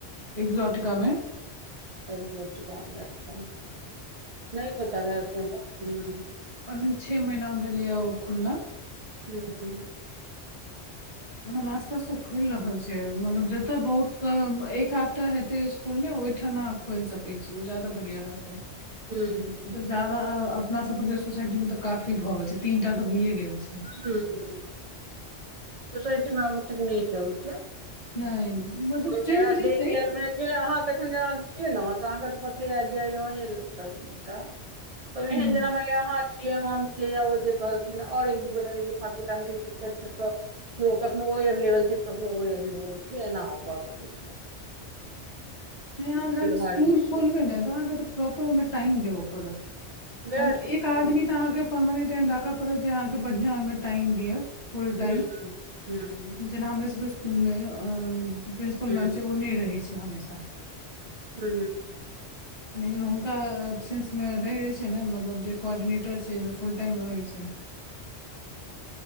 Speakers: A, on the left; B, on the right.
A: एग्जॉटिका में
B: एग्जॉटिका में अच्छ <inaudible> नहि पता रहै स हमरा
A: पाँच छेह महीना भेलै आ ओ खुलला।
B: <unintelligible>
A: एखन आस पास तऽ खुलि रहल छै मतलब जतय बहुत कऽ ऐकात तऽ हेतै खुलले ओहिठा ना खोल सकैत छी ओ ज्यादा बढ़िया रहतै
B: <unintelligible>
A: जदा आ अपना सब केँ सोसाइटी मे तऽ काफी भऽ गेल छै तीनटा तऽ भैए गेल छै
B: <unintelligible> सोसायटी मऽ आब औतै नै चलतै
A: नै मतलब
B: ओहिमे
A: चैल जेतै
B: डे केयर मे जे अहाँ तऽ एखन जेना छियै ने तऽ अहाँकेँ तऽ पते हैत <unintelligible> रहे सबटा तऽ ऐहेन
A: हुँ,
B: जेना माइन लिय अहाँ छिय हम छीय ओ जे कहलखिन और एक दू गोटा रहतिय तऽ पाँच गोटा मिल केँ कैरतैह तऽ के ओ कखनो ओ एवलेवल छै कखनो ओ एवलेबल छै एना भऽ सकैत छै
A: नै अहाँ जहन इसकुल
B: भारी छै
A: खोलबै ने तऽ अहाँ केँ तऽ प्रॉपर ओइम टाइम देब पड़त
B: वएह
A: मतलब एक आदमी
B: हूँ
A: तऽ अहाँकेँ परमानेंट एहन राखय पड़त जे अहाँकेँ बढ़िआँ ओइमें टाइम दिअ फुल
B: <unintelligible>
A: टाइम, जेना हमरे सबकेँ इसकुलमे प्रिन्सिपल
B: हूँ
A: मैम छै ओ नहि रहै छै हमेशा
B: हू
A: लेकिन हुनका सेंस मे रहै छै ने मतलब जे कोर्डिनेटर छै जे फुल टाइम रहैत छै